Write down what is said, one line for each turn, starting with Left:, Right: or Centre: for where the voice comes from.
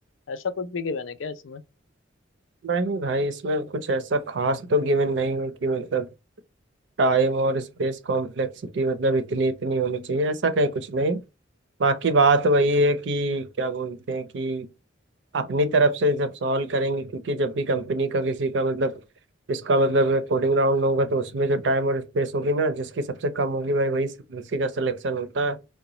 Left: ऐसा कुछ भी given है क्या इसमें
Right: भाई नहीं भाई इसमें कुछ ऐसा खास तो गिवन नहीं है कि मतलब टाइम और स्पेस कॉम्प्लेक्सिटी मतलब इतनी इतनी होनी चाहिए ऐसा कहीं कुछ नहीं बाकी बात वही है कि क्या बोलते हैं कि अपनी तरफ से जब सॉल्व करेंगे क्योंकि जब भी कंपनी का किसी का मतलब इसका मतलब कोडिंग राउंड होगा तो उसमें जो टाइम और स्पेस होगी ना जिसकी सबसे कम होगी भाई वही उसी का सिलेक्शन होता है